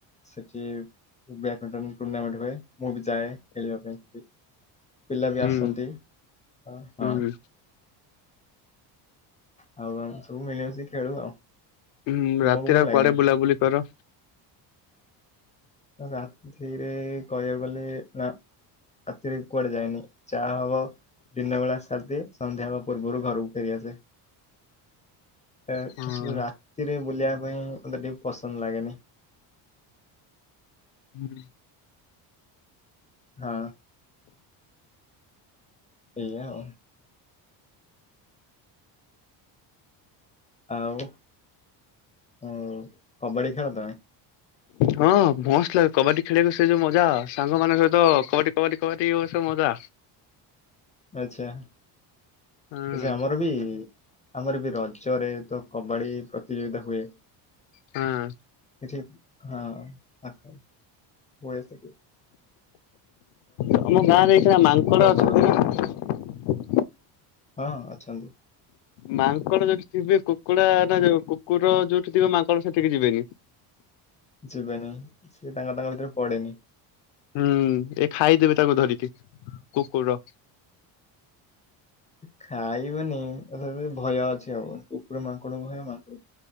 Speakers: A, on the left; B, on the left.
A: ସେଠି ବ୍ୟା ମିଣ୍ଟନ ଟୁର୍ଣ୍ଣାମେଣ୍ଟ ହୁଏ ମୁଁ ବି ଯାଏ ଖେଳିବା ପାଇଁ ସେ ପିଲା ବି
B: ହୁଁ
A: ଆସନ୍ତି ହଁ।
B: ହୁଁ
A: ହଉ ଆମ ସୁ ମିିଲିବ ସେ ଖେଳୁ ଆଉ
B: ହୁଁ
A: ତୁମକୁ
B: ରାତିରେ
A: ଭଲ
B: ଆଉ
A: ଲାଗେ
B: ପରେ
A: ନା
B: ବୁଲାବୁଲି କର।
A: ରାତିରେ କହିବାକୁ ଗଲେ ନା ରାତିରେ କୁଆଡେ ଯାଏନି ଯାହା ହବ ଦିନ ବେଳା ସାରିଦିଏ ସନ୍ଧ୍ୟା ହେବା ପୂର୍ବରୁ ଘରକୁ ଫେରିଆସେ। ଏ
B: ହଁ।
A: ସିନା ରାତିରେ ବୁଲି ପାଇଁ ମତେ ଟିକେ ପସନ୍ଦ ଲାଗେନି।
B: ହୁଁ।
A: ହଁ। ଏଇଆ ଆଉ। ଆଉ ଉଁ କବାଡି ଖେଳ ତମେ?
B: ହଁ ମସ୍ତ ଲାଗେ କବାଡି ଖେଳିବାକୁ ସେ ଯୋଉ ମଜା ସାଙ୍ଗ ମାନଙ୍କ ସହିତ କବାଡି କବାଡି କବାଡି <unintelligible> ମଜା।
A: ଆଚ୍ଛା ଆଚ୍ଛା
B: ହୁଁ
A: ଆମର ବି ଆମର ବି ଚରେ ତ କବାଡି ପ୍ରତିଯୋଗିତା ହୁଏ।
B: ହଁ।
A: ଏ ହଁ ଆ ହୁଏ ସେଠୀ।
B: ଆମ ଗାଁରେ ଏଇଥିନା ମାଙ୍କଡ଼
A: ପ୍ରବଳ
B: ଅଛନ୍ତି ନା?
A: ହଁ ଅଛନ୍ତି।
B: ମାଙ୍କଡ ଯୋଉଠି ଥିବେ କୁକୁଡ଼ା ନା ଯୋଉ କୁକୁର ଯୋଉଠି ଥିବ ମାଙ୍କଡ ସେତିକି ଯିବେନି।
A: ଯିବେନି ସିଏ ତାଙ୍କର ତାଙ୍କ ଭିତରେ ପଡେନି।
B: ହୁଁ ଏ ଖାଇଦେବେ ତାକୁ ଧରିକି କୁକୁର
A: ଖାଇବେନି ତଥାପି ଭୟ ଅଛି ଆଉ କୁକୁର ମାଙ୍କଡ ଭୟ ମାଙ୍କଡ